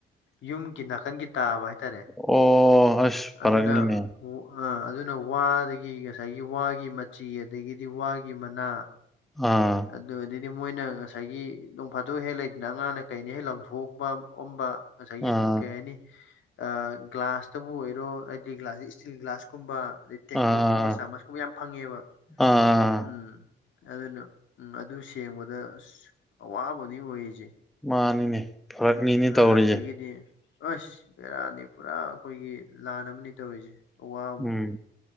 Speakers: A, on the left (about 70°); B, in the centre.
A: ꯌꯨꯝꯒꯤ ꯅꯥꯀꯟꯒꯤ ꯇꯥꯕ ꯍꯥꯏꯇꯥꯔꯦ
B: ꯑꯣ ꯑꯁ ꯐꯔꯛꯅꯤꯅꯦ
A: ꯑꯗꯨꯅ ꯎ ꯑ ꯑꯗꯨꯅ ꯋꯥꯗꯒꯤ ꯉꯁꯥꯏꯒꯤ ꯋꯥꯒꯤ ꯃꯆꯤ ꯑꯗꯒꯤꯗꯤ ꯋꯥꯒꯤ ꯃꯅꯥ
B: ꯑꯥ
A: ꯑꯗꯨ ꯑꯗꯗꯤ ꯃꯣꯏꯅ ꯉꯁꯥꯏꯒꯤ ꯅꯣꯡꯐꯥꯗꯣꯛ ꯍꯦꯛ ꯂꯩꯗꯅ ꯑꯉꯥꯡꯅ ꯀꯩꯅ ꯍꯦꯛ ꯂꯪꯊꯣꯛꯎꯕ ꯑꯣꯝꯕ ꯉꯁꯥꯏꯒꯤ
B: ꯑꯥ
A: ꯀꯩ ꯍꯥꯏꯅꯤ ꯑ ꯒ꯭ꯂꯥꯁꯇꯕꯨ ꯑꯣꯏꯔꯣ ꯍꯥꯏꯗꯤ ꯒ꯭ꯂꯥꯁ ꯁꯦ ꯏꯁꯇꯤꯜ ꯒ꯭ꯂꯥꯁ ꯀꯨꯝꯕ ꯑꯗꯩ ꯇꯦꯡꯀꯣꯠꯀꯨꯝꯕ
B: ꯑꯥ ꯑꯥ ꯑꯥ
A: ꯆꯥꯃꯁꯀꯨꯝꯕ ꯌꯥꯝ ꯐꯪꯉꯦꯕ
B: ꯑꯥ
A: ꯎꯝ ꯑꯗꯨꯅ ꯎꯝ ꯑꯗꯨ ꯁꯦꯡꯕꯗ ꯑꯁ ꯑꯋꯥꯕꯝꯅꯤ ꯑꯣꯏꯔꯤꯁꯦ
B: ꯃꯥꯅꯤꯅꯦ ꯐꯔꯛꯅꯤꯅꯦ
A: ꯑ
B: ꯇꯧꯔꯤꯁꯦ
A: ꯑꯗꯒꯤꯗꯤ ꯑꯁ ꯕꯦꯔꯥꯅꯤ ꯄꯨꯔꯥ ꯑꯩꯈꯣꯏꯒꯤ ꯂꯥꯟ ꯑꯃꯅꯤ ꯇꯧꯔꯤꯁꯦ ꯑꯋꯥꯕꯝꯅꯤ
B: ꯎꯝ